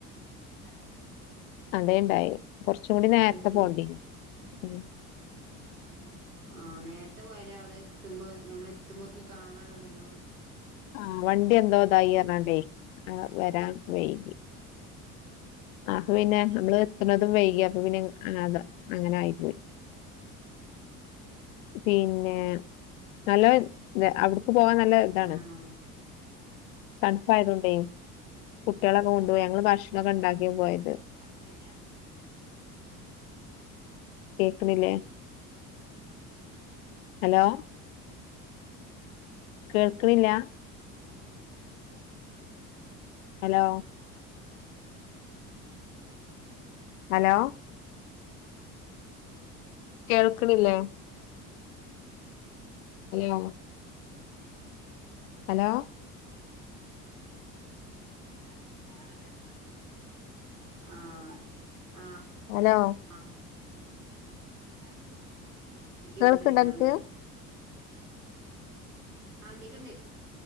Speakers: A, on the right; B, on the left.
A: അത
B: അതെ ഇണ്ടായെ കൊറച്ചും കൂടി നേരത്തെ
A: ശരി
B: പോണ്ടിനി ഉം
A: ആഹ് നേരത്തെ പോയാലേ അവിടെ എത്തുമ്പോ ഞമ്മള് എത്തുമ്പോത്തിന് കാണാൻള്ളത് ഇണ്ടാവുള്ളു
B: ആഹ് വണ്ടി എന്തോ ഇതായി അറഞ്ഞാണ്ടെ ഏഹ്‌ വരാൻ വൈകി ആപ്പൊ പിന്നെ നമ്മള് എത്ത്ണതും വൈകി അപ്പൊ പിന്നെ അത അങ്ങനായി
A: ണ്ടി എന്തോ ഇതിനാണ്ടെ
B: പിന്നെ നല്ല അവിടുക്ക് പോവാൻ നല്ല ഇതാണ്
A: ആണോ
B: തണുപ്പായത് കൊണ്ടേ കുട്ടികളൊക്കെ കൊണ്ടുപോയി ഞങ്ങള് ഭക്ഷണൊക്കെ ഇണ്ടാക്കിയ പോയത്
A: അത് പിന്നെ
B: കേക്ക്ണില്ലേ ഹലോ കേൾക്ക്ണില്ല ഹലോ ഹലോ
A: ക
B: കേൾക്ക്ണില്ലേ ഹലോ ഹലോ
A: പിന്നെ <unintelligible> പോവാൻ നല്ലത് ഇതാണ് ആ <unintelligible> ആ
B: ഹലോ
A: ആ ഉണ്ടാക്കി
B: കേൾക്കണ്ട
A: കൊണ്ടുപോയിണ്ടാവൂലേ
B: അനക്ക്
A: ആകീറ്റ്ണ്ടേ